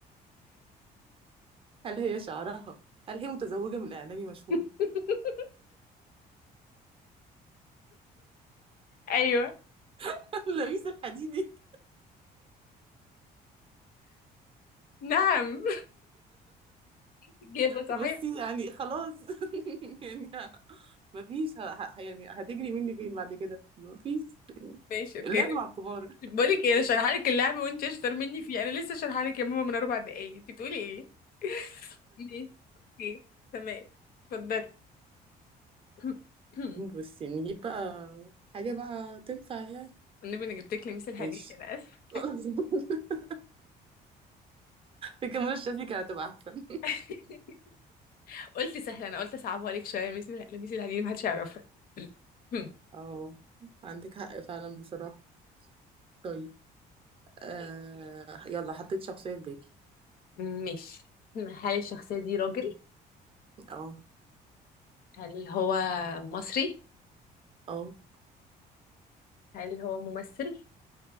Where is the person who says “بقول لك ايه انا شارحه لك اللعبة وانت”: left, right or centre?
Left